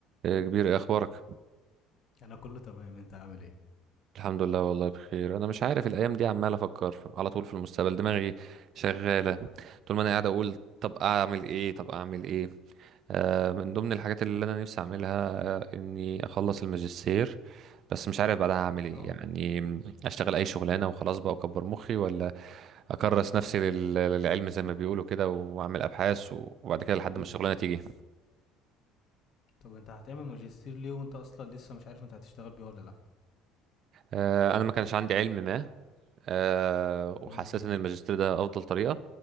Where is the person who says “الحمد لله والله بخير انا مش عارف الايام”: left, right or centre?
Right